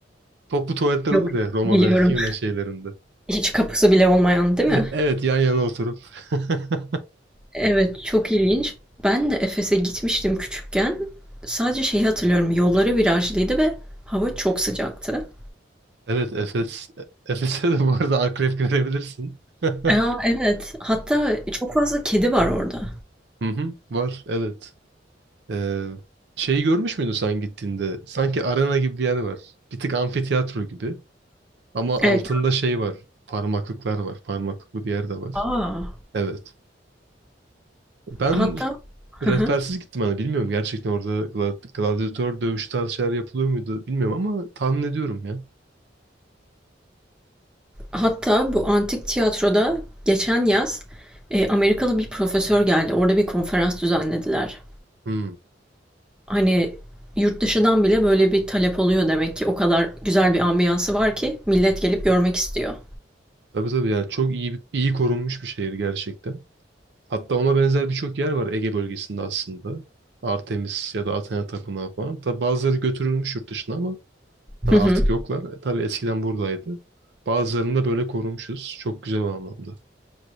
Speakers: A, on the right; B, in the centre.
A: Toplu tuvaletler
B: Yok,
A: olur ya Roma
B: biliyorum.
A: ve <laughs> Yunan şeylerinde.
B: Hiç kapısı bile olmayan, değil
A: <laughs>
B: mi?
A: Evet yan yana oturup. <laughs>
B: Evet, çok ilginç. Ben de Efes'e gitmiştim küçükken. Sadece şeyi hatırlıyorum. Yolları virajlıydı ve hava çok sıcaktı.
A: Evet Efes Efes'e de bu arada akrep görebilirsin. <laughs>
B: A, evet. Hatta e, çok fazla kedi var orada.
A: Hı hı, var evet. Ee, şeyi görmüş müydün sen gittiğinde? Sanki arena gibi bir yer var. Bir tık amfiteyatro gibi. Ama altında
B: Evet.
A: şey var. Parmaklıklar var. Parmaklıklı bir yer de var.
B: A!
A: Evet. Ben
B: Hatta Hı
A: rehbersiz
B: hı.
A: gittim hani bilmiyorum gerçekten orada gla- gladyatör dövüşü tarzı şeyler yapılıyor muydu bilmiyorum ama tahmin ediyorum ya.
B: Hatta bu antik tiyatroda geçen yaz, eee, Amerikalı bir profesör geldi. Orada bir konferans düzenlediler.
A: Hmm.
B: Hani, yurt dışından bile böyle bir talep oluyor demek ki. O kadar güzel bir ambiyansı var ki millet gelip görmek istiyor.
A: Tabii tabii yani çok iyi iyi korunmuş bir şehir gerçekten. Hatta ona benzer birçok yer var Ege bölgesinde aslında. Artemis ya da Athena Tapınağı falan. Tabii bazıları götürülmüş yurt dışına ama hani
B: Hı hı.
A: artık yoklar. E, tabii eskiden buradaydı. Bazılarını da böyle korumuşuz. Çok güzel o anlamda.